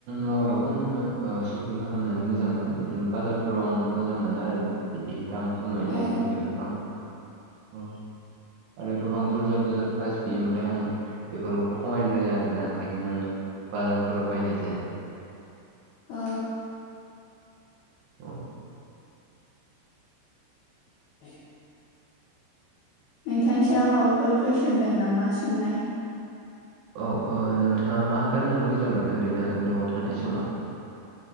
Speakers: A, on the right (about 75°); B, on the left (about 65°).
A: मलावबो आङो शपिं खालामनानै मोजां मोनो इदिनो बाजार बे फोराव आं मोजां मोनो आरोना बिदि दाम खमायलायनाय
B: अ
A: बेफोरखौ आं आरो गोबां बुरजा बुरजा प्राइज बियो ओमफ्राय आङो बेफोरखौ खमायनो रोङा आरोना ओंखायनो आङो बाजारफोराव बायनाय जाया
B: अ
A: औ
B: बे नोंथांनि सायाव माबाफोर कुइसन दं नामा सोंनाय
A: औ नोंथाङा मा गाननानै मोजां मोनो ओरैनो न'आव थानाय समाव